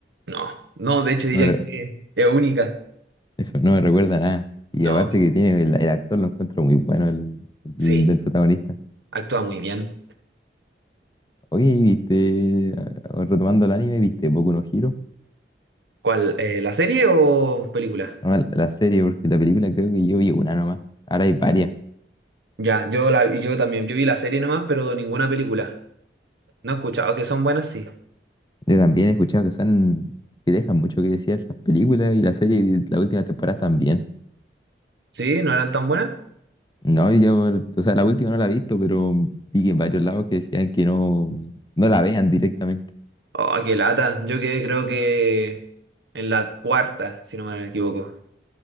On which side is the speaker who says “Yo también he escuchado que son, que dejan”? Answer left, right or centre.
Left